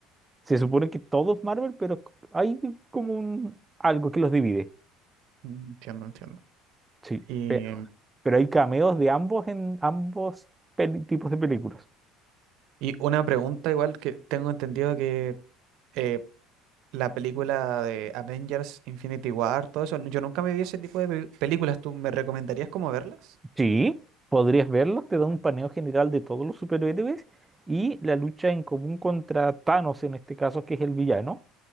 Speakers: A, on the right; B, on the right.
A: Se supone que todo es Marvel, pero hay como un algo que los divide.
B: Mm, Entiendo, entiendo.
A: Sí,
B: Y
A: pero, pero hay cameos de ambos en ambos peli- tipos de películas.
B: Y una pregunta igual que tengo entendido que eh, la película de Avengers, Infinity War, todo eso, yo nunca me vi ese tipo de pe- películas. ¿Tú me recomendarías cómo verlas?
A: Sí, podrías verlos, te da un paneo general de todos los superhéroes y la lucha en común contra Thanos en este caso, que es el villano.